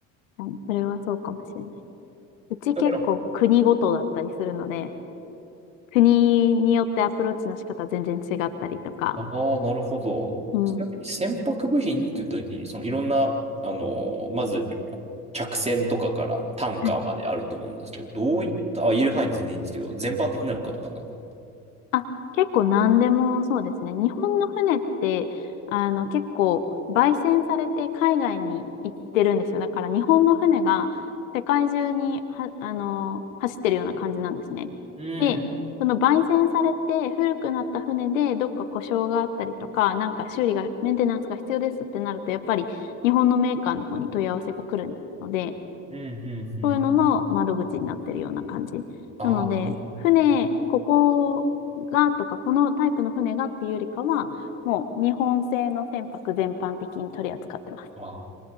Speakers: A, on the left (about 80°); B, on the right (about 15°).
A: はいそれはそうかもしれない。うち結構国ごとだったりするので、
B: だから
A: 国によってアプローチの仕方全然違ったりとか、
B: ああ、なるほど。
A: うん。
B: ちなみに船舶部品っていうときに、そのいろんな、あのまず、客船とかからタンカーまであると思うんですけど、
A: はい
B: どういった、あ、言える範囲で全然いいんですけど、全般的なのかとかなんか。
A: あ、結構何でもそうですね。日本の船って、あの、結構、焙煎されて海外に行ってるんですよ。だから日本の船が世界中には、あの、走ってるような感じなんですね。
B: うん、
A: で、その焙煎されて古くなった船でどっか故障があったりとか、なんか修理が、メンテナンスが必要ですってなると、やっぱり日本のメーカーの方に問い合わせが来るので、
B: うん、うん、うん。
A: そういうのの窓口になってるような感じ。
B: ああ、
A: なので、船、ここがとか、このタイプの船がっていうよりかは、もう日本製の船舶全般的に取り扱ってます。
B: まあ。